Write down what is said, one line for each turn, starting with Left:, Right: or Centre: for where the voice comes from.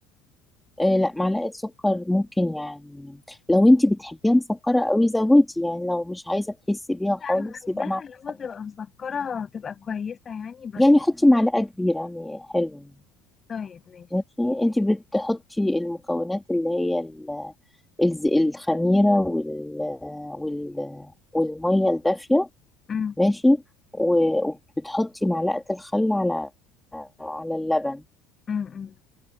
Centre: آه لا معلقة سكر ممكن يعني لو انتي بتحبيها مسكرة قوي زودي يعني لو مش عايزة تحسي بيها خالص
Left: انا عايزاها
Centre: يبقى معلقة
Left: اللي هو
Centre: خل.
Left: تبقى مسكرة تبقى كويسة يعني بس
Centre: يعني حطي معلقة كبيرة يعني حلو يعني،
Left: طيب ماشي
Centre: ماشي انتي بتحطي المكونات اللي هي الز- الخميرة وال وال والمية الدافية
Left: امم
Centre: ماشي و- وبتحطي معلقة الخل على على اللبن
Left: امم أمم.